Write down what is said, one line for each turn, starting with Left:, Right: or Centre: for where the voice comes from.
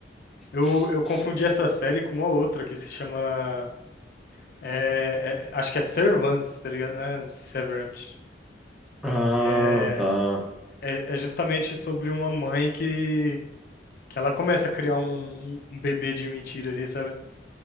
Left: Eu,
Centre: S-
Left: eu confundi
Centre: s-
Left: essa série com uma outra que se chama. é- é- acho que é Servants, tá ligado? Né? Severance.
Centre: Ah,
Left: Que é
Centre: tá.
Left: É, é justamente sobre uma mãe que, que ela começa a criar um, um bebê de mentira ali, sabe?